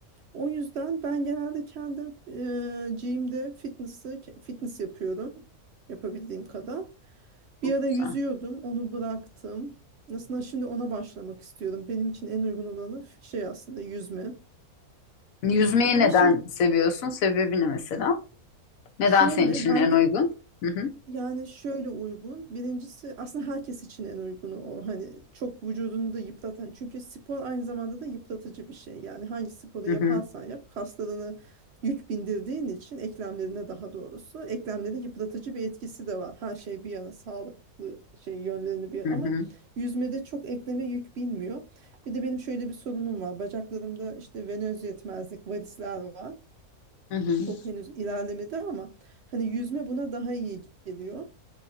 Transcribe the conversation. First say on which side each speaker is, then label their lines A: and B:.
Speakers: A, on the right; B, on the left.
A: O yüzden ben genelde kendim e, gym'de fitness'ı fitness yapıyorum. Yapabildiğim kadar.
B: Çok
A: Bir ara
B: güzel.
A: yüzüyordum, onu bıraktım. Aslında şimdi ona başlamak istiyorum. Benim için en uygun olanı f- şey aslında yüzme.
B: Yüzmeyi
A: Ama
B: neden
A: şimdi
B: seviyorsun? Sebebi ne mesela?
A: şöyle
B: Neden senin için
A: ben
B: en
A: de-
B: uygun? Hı hı.
A: Yani şöyle uygun. Birincisi aslında herkes için en uygunu ol. Hani çok vücudunu da yıpratan. Çünkü spor aynı zamanda da yıpratıcı bir şey. Yani hangi sporu
B: Hı
A: yaparsan
B: hı.
A: yap kaslarını yük bindirdiğin için eklemlerine daha doğrusu eklemlere yıpratıcı bir etkisi de var. Her şey bir yana sağlıklı şey yönlerini bir
B: Hı hı.
A: ama yüzmede çok ekleme yük binmiyor. Bir de benim şöyle bir sorunum var. Bacaklarımda işte venöz yetmezlik, varisler var.
B: Hı hı.
A: Çok henüz ilerlemedi ama hani yüzme buna daha iyi geliyor